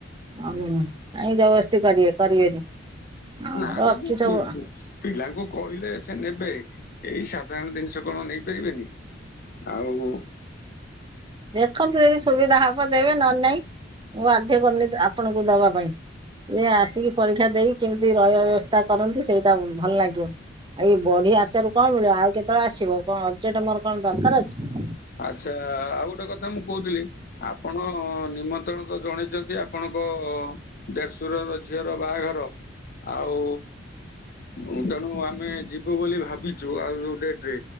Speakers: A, on the right; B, on the left.
A: ଉ କାହିଁ ଜବରଦସ୍ତି କରିବେ କରିବେନି। ଆମର
B: ନା ନା
A: ଅଛି
B: ମୁଁ
A: ସବୁ
B: <unintelligible> ପିଲାଙ୍କୁ କହିଲେ ସେ ନେବେ, ଏଇ ସାଧାରଣ ଜିନିଷ କଣ ନେଇପାରିବେନି? ଆଉ
A: ଦେଖନ୍ତୁ ଯଦି ସୁବିଧା ହବ ଦେବେ ନହେଲେ ନାଇଁ ମୁଁ ବାଧ୍ୟ କରୁନି ଆପଣଙ୍କୁ ଦବା ପାଇଁ। ଇ ଆସିକି ପରୀକ୍ଷା ଦେଇକି କେମିତି ରହିବା ବ୍ୟବସ୍ଥା କରନ୍ତୁ ସେଇଟା ଭଲ ଲାଗିବ। ଆଉ ବଢି ଆଚାର କଣ ମିଳିବ ଆଉ କେତେବେଳେ ଆସିବ କଣ ଅର୍ଜେଣ୍ଟ ମର କଣ ଦରକାର ଅଛି।
B: ଆଚ୍ଛା ଆଉ ଗୋଟେ କଥା ମୁଁ କହୁଥିଲି ଆପଣ ନିମନ୍ତ୍ରଣ ତ ଜଣେ ଯଦି ଆପଣଙ୍କ ଦେଢଶୁର ର ଝିଅର ବାହାଘର ଆଉ ଉ ତେଣୁ ଆମେ ଯିବୁ ବୋଲି ଭାବିଛୁ ଆଉ ଯୋଉ ଡେଟ୍ ରେ